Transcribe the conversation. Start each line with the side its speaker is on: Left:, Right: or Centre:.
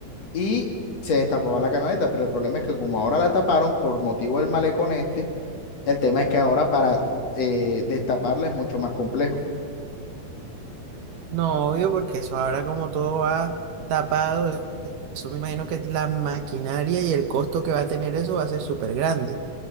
Left: y se destapaba la canaleta, pero el problema es que como ahora la taparon por motivo del malecón este, el tema es que ahora para eh, destaparla es mucho más complejo.
Right: No, obvio, porque eso ahora como todo va tapado, eso me imagino que la maquinaria y el costo que va a tener eso va a ser súper grande.